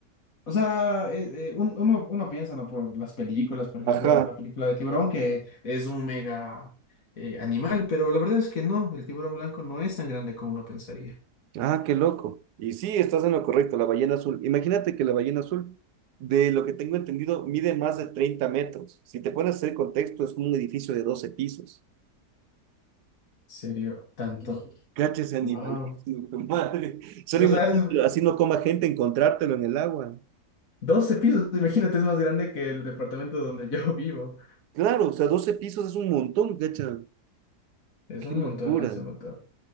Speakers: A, on the left; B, on the right.
A: O sea, eh, eh, un- uno, uno piensa, ¿no? Por las películas, por ejemplo,
B: Ajá.
A: la película de tiburón, que es un mega eh, animal, pero la verdad es que no, el tiburón blanco no es tan grande como uno pensaría.
B: Ah, qué loco. Y sí, estás en lo correcto, la ballena azul. Imagínate que la ballena azul, de lo que tengo entendido, mide más de 30 metros. Si te pones a hacer contexto, es como un edificio de 12 pisos.
A: serio? Tanto.
B: Cacha ese animalísimo,
A: Wow.
B: <laughs> madre. Solo
A: O
B: imagínate,
A: sea, es eh,
B: así no coma gente encontrártelo en el agua.
A: 12 pisos, <laughs> imagínate, es más grande que el departamento donde yo <laughs> vivo.
B: Claro, o sea, 12 pisos es un montón, cacha.
A: Es
B: Qué
A: un
B: locura.
A: montón, es un montón.